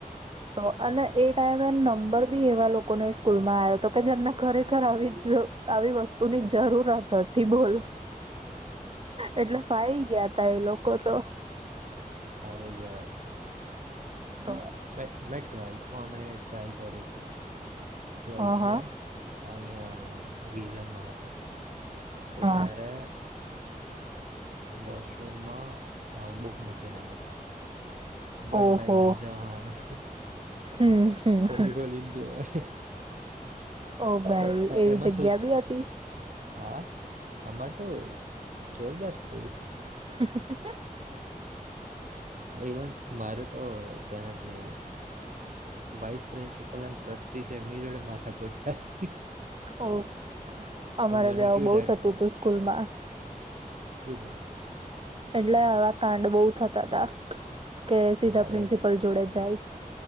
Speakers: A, on the right (about 40°); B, on the right (about 60°).
A: તો અને એ ટાઈમે નંબર બી એવા લોકોને સ્કૂલમાં આવ્યો હતો કે જેમને ખરેખર આવી જ આવી વસ્તુની જરૂરત હતી. થી બોલ એટલે ફાઈ ગયા તા એ લોકો. કતો.
B: તો સારું કહેવાય.
A: હ
B: મે મે ટ્વેલ્થમાં અમે ટ્રાય કર્યું હતું. ટ્વેલ્થમાં
A: હા
B: અહીંયા વિઝનમાં હતું તો
A: હા
B: ત્યારે. વોશરૂમમાં બુક મૂકી રહ્યા હતા. વન
A: ઓહો
B: ભાય વન જવાનું
A: હમ હમ
B: ખોલી
A: હમ
B: ખોલીને જોવ.
A: ઓ ભાઈ
B: બટ
A: એવી
B: એમાં
A: જગ્યા
B: શું
A: બી હતી
B: હા અમારે તો જોરદાર. કલ.
A: છે છે છે.
B: ઇવન ભારત. તો તેના જે વાઇસ પ્રિન્સિપલ અને ટ્રસ્ટી છે એમની જોડે માથાકૂટ થાય.
A: હા. અમારા
B: અને મને
A: બે્યાવ
B: કેવી
A: બહુ થતું હતું સ્કૂલ માં
B: સુધર.
A: એટલે આવા કાંડ બહુ થતા તા કે સીધા
B: મારે
A: પ્રિન્સિપલ જોડે જાય.